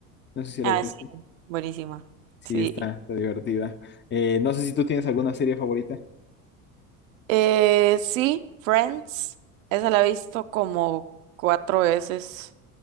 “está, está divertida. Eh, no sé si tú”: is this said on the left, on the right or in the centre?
Left